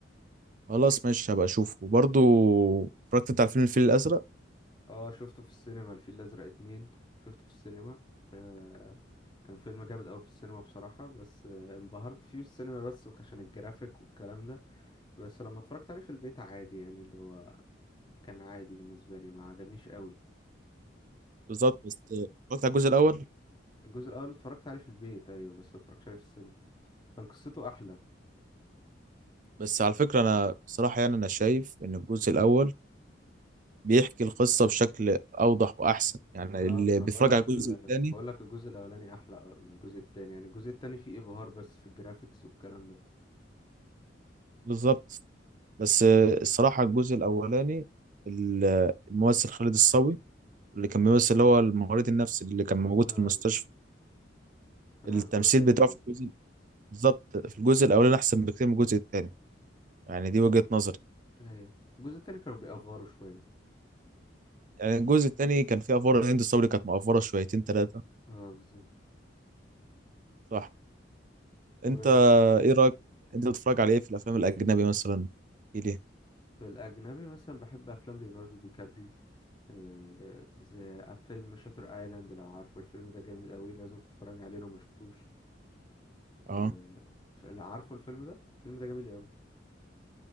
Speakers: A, on the right; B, on the left.
A: خلاص ماشي هبقى اشوفه وبرضه اتفرجت انت على فيلم الفيل الازرق
B: اه شفته في السينما الفيل الأزرق اتنين شفته في السينما آه، كان فيلم جامد أوي في السينما بصراحة بس آه، انبهرت فيه في السينما بس وعشان الجرافيك والكلام ده بس لما اتفرجت عليه في البيت عادي يعني اللي هو كان عادي بالنسبة لي ما عجبنيش أوي
A: بالظبط بس اتفرجت على الجزء الاول
B: الجزء الاول اتفرجت عليه في البيت ايوه بس ما اتفرجتش عليه في السينما كان قصته احلى
A: بس على فكره انا بصراحه يعني انا شايف ان الجزء الاول بيحكي القصه بشكل اوضح واحسن يعني
B: اه
A: اللي
B: ما انا
A: بيتفرج
B: بقول لك
A: على الجزء
B: ال...
A: الثاني
B: بقول لك الجزء الاولاني احلى من الجزء التاني يعني الجزء التاني فيه ابهار بس في الجرافيكس والكلام ده
A: بالظبط بس الصراحه الجزء الاولاني ال- الممثل خالد الصاوي اللي كان بيمثل اللي هو الممرض النفسي اللي كان موجود
B: اه
A: في المستشفى
B: كان
A: التمثيل
B: عامل دور جامد
A: بتاعه
B: ايوه
A: في الجزء بالظبط في الجزء الاولاني احسن بكتير من الجزء الثاني يعني دي وجهة نظري
B: ايوه الجزء التاني كانوا بيأفوروا شويه
A: يعني الجزء الثاني كان فيه افوار هند صبري كانت مقفره شويتين ثلاثه
B: اه بالظبط
A: صح انت
B: وفي
A: ايه رايك انت بتتفرج على ايه في الافلام الاجنبي مثلا ايه ليه
B: الاجنبي مثلا بحب افلام ليوناردو دي كابريو آه، زي فيلم شاتر ايلاند لو عارفه الفيلم ده جامد قوي لازم تتفرج عليه لو ما شفتوش
A: اه
B: آه، ف- لا، عارفه الفيلم ده الفيلم ده جميل قوي